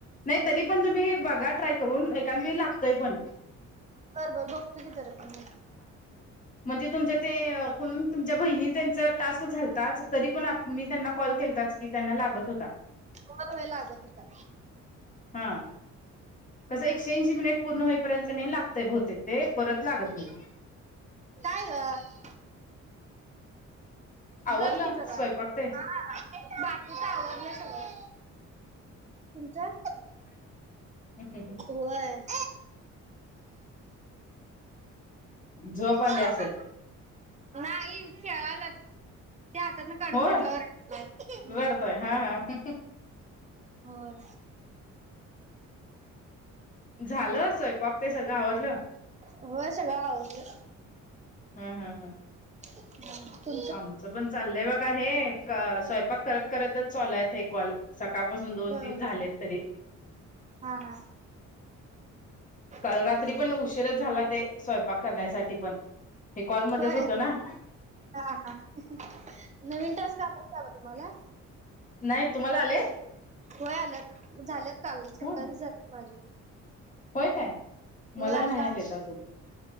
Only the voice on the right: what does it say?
बर बर बघतो की तरी पण.
काॅल होय लागत होता.
हा
काय ग?
गप कि जरा
हा बाकीच आवरलय सगळ. तुमचा?
होय.
हा
नाही खेळालात ते हातात ना काढून
घेतला बर हो हम्म
हो.
होय सगळ आवरलं.
हम <unintelligible>
हो
हा हा.
हा.
होय
हा हा नवीन टास्क आला काव तुम्हाला?
होय आल्यात झाल्यात काल सत्तावीस
झाले माझे.
होय
आता